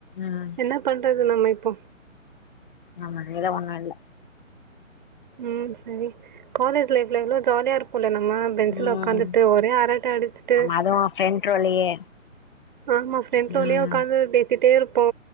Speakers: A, on the left; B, on the right.
A: ம்
B: என்ன பண்றது நம்ம போ
A: நம்ம கைல ஒன்னு இல்ல
B: ம் சரி காலேஜ் லைஃப்ல எவ்ளோ ஜாலியா இருப்போல்ல ந ம்ம பென்சுல
A: ம்
B: உக்காந்துட்டு ஒரே அறட்ட அடிச்சிட்டு
A: ஆமா அதுவு ஃப்ரெண்ட் ரோலயே
B: ஆமா ஃரெண்ட் ரோலையோ
A: ம்
B: உக்காந்து பேசிட்டேருப் போ